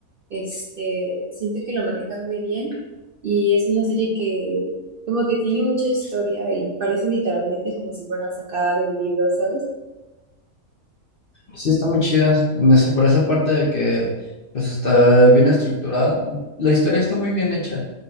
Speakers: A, on the right; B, on the left.
A: Este, siento que lo manejan muy bien y es una serie que como que tiene mucha historia y parece literalmente como si fuera sacada de un libro, ¿sabes?
B: Sí, está muy chida, en esa- por esa parte de que, pues, está bien estructurada. La historia está muy bien hecha